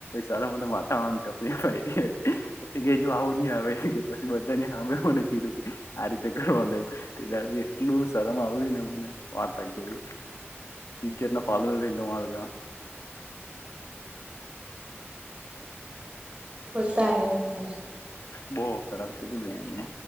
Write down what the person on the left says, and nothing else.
સારામાં માથામ પછી કેજ આવું નહી આવે કે પછી બધાને સાંભ મને કીધું કે આ રીતે કરવા તે દાડ એટલું શરમ આવતી ને મને વાતવી ઇજજત ના પાલદ માજ
બહ ખરાબ થ તું બેને